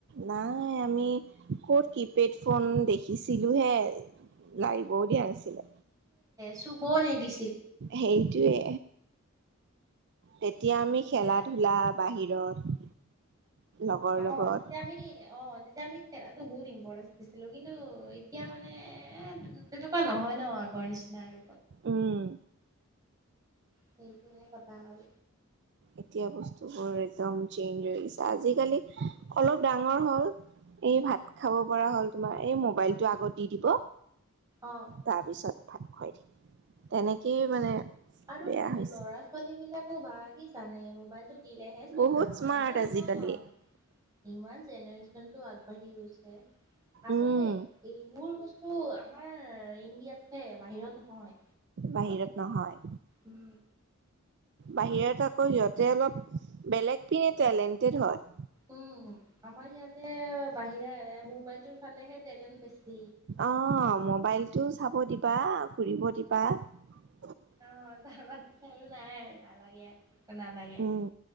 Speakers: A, on the right; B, on the right.
A: নাই আমি ক'ত কিপেড ফোন দেখিছিলো হে। লাগিবও দিয়া নাছিলে।
B: চুব নিদি
A: সেইটোৱে। তেতিয়া আমি
B: এতিয়া
A: খেলা ধূলা বাহিৰত, লগৰ
B: অ
A: লগত
B: তেতিয়া আমি অ তেতিয়া আমি খেলাতো বহুত ইম্পৰ্টেঞ্চ দিছিলো কিন্তু এতিয়া মানে তেনেকুৱা নহয়। হয় ন আগৰ নিচিনা আৰু।
A: উম।
B: সেইটোহে কথা হ'ল।
A: এতিয়া বস্তুবোৰ একদম চেইঞ্জ হৈ গৈছে। আজিকালি অলপ ডাঙৰ হ'ল। এই ভাত খাব পৰা হ'ল, তোমাৰ এই মবাইলটো আগত দি দিব।
B: অ
A: তাৰ পিছত ভাত খুৱাই দি, তেনেকেই মানে
B: আৰু
A: বেয়া হৈছে
B: ল'ৰা ছোৱালী বিলাকো বা কি জানে মোবাইল দিলেহে চখ
A: বহুত
B: হব
A: স্মাৰ্ট
B: এনে নহয়
A: আজিকালি
B: ৷ ইমান জেনেৰেশ্যন টো আগবাঢ়ি গৈছে। আচলতে
A: উম
B: এইবোৰ বস্তু আমাৰ ইণ্ডিয়াতহে বাহিৰত নহয়।
A: বাহিৰত নহয়
B: উম
A: বাহিৰত আকৌ সিহঁতে অলপ বেলেগ পিনে টেলেণ্টেড হয়।
B: উম আমাৰ ইয়াতে বাহিৰা মোবাইলটোৰ ফালেহে টেলেণ্ট বেছি।
A: অ মোবাইলটো চাব দিবা, ঘুৰিব দিবা ৷
B: আহ তাৰ পিছত নাই নালাগে একো নালাগে
A: উম